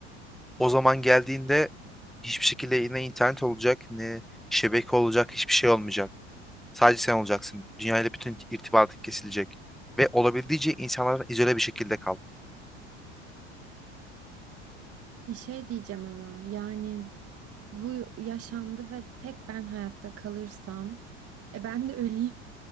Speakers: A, in the centre; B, on the right.
A: o zaman geldiğinde hiçbir şekilde ne internet olacak ne şebeke olacak hiçbir şey olmayacak. Sadece sen olacaksın. Dünyayla bütün irtibatın kesilecek. Ve olabildiğince insanlardan izole bir şekilde kal.
B: Bir şey diyeceğim ama yani bu yaşandı ve tek ben hayatta kalırsam e ben de öleyim